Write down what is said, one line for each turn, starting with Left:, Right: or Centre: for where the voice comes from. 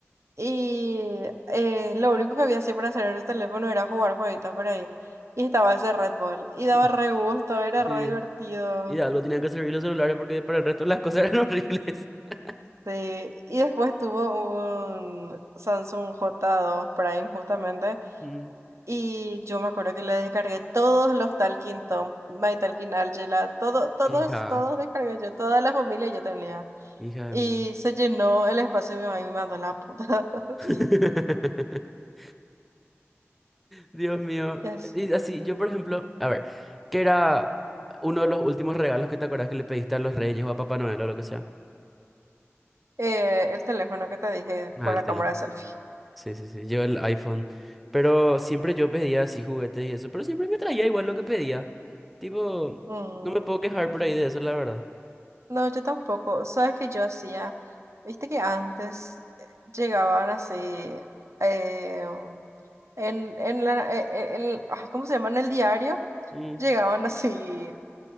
Right: Y eh, lo único que había así para hacer en el teléfono era jugar jueguitos por ahí. Y estaba ese Red Bull. Y daba
Centre: <laughs>
Right: re gusto, era re
Centre: sí.
Right: divertido.
Centre: Y de algo tenían que servir los celulares porque para el resto las cosas eran horribles. <laughs>
Right: Sí. Y después tuvo un Samsung J2 Prime justamente.
Centre: Mm,
Right: Y yo me acuerdo que le descargué todos los Talking Tom, My Talking Angela, todo, todos,
Centre: Hija,
Right: todos descargué yo, toda la familia yo tenía.
Centre: hija
Right: Y
Centre: de mil.
Right: se llenó el espacio y mi mamá me mandó la puta.
Centre: <laughs>
Right: <laughs>
Centre: Dios mío.
Right: Yes.
Centre: Y así, yo por ejemplo, a ver, ¿qué era uno de los últimos regalos que te acuerdas que le pediste a los Reyes o a Papá Noel o lo que sea?
Right: Eh, el teléfono que te dije
Centre: Ah,
Right: por
Centre: el
Right: la
Centre: teléfono.
Right: cámara de selfie.
Centre: Sí, sí, sí, yo el iPhone. Pero siempre yo pedía así juguetes y eso, pero siempre me traía igual lo que pedía. Tipo,
Right: Mm.
Centre: no me puedo quejar por ahí de eso, la verdad.
Right: No, yo tampoco. ¿Sabes qué yo hacía? Viste que antes eh, llegaban así eh, um, en, en la eh, eh, el- ay, ¿cómo se llama? En el diario
Centre: Mm,
Right: llegaban así